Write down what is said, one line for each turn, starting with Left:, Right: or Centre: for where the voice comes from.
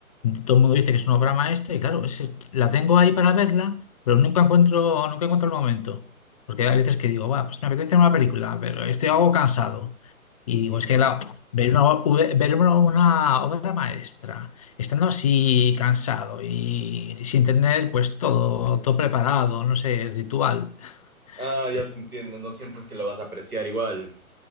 Left: Todo el mundo dice que es una obra maestra y claro, es, que la tengo ahí para verla, pero nunca encuentro, nunca encuentro el momento. Porque hay veces que digo, va, pues me apetece una película, pero estoy algo cansado. Y digo,
Right: Ujú.
Left: es que la- ver una, ue- ver una, una obra maestra, estando así cansado y sin tener pues todo, todo preparado, no sé, ritual,
Right: Ah,
Left: pues
Right: ya te entiendo, no sientes que lo vas a apreciar igual.